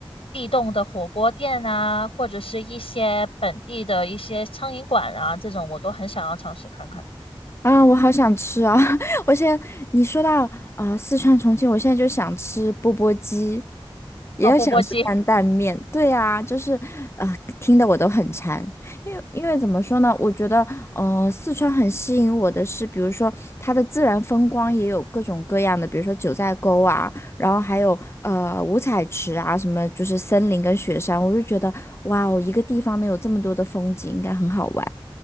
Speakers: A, on the left (about 85°); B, on the left (about 30°).
A: 地洞的火锅店啊，或者是一些本地的一些苍蝇馆啊，这种我都很想要尝试看看。
B: 啊，我好想吃啊！<laughs> 我现在你说到啊、呃四川重庆，我现在就想吃钵钵鸡，也要想吃担担面。
A: 哦，钵钵鸡。
B: 对啊，就是啊、呃听得我都很馋。因为因为怎么说呢？我觉得呃，四川很吸引我的是，比如说它的自然风光也有各种各样的，比如说九寨沟啊，然后还有呃五彩池啊，什么就是森林跟雪山，我就觉得哇哦，一个地方能有这么多的风景，应该很好玩。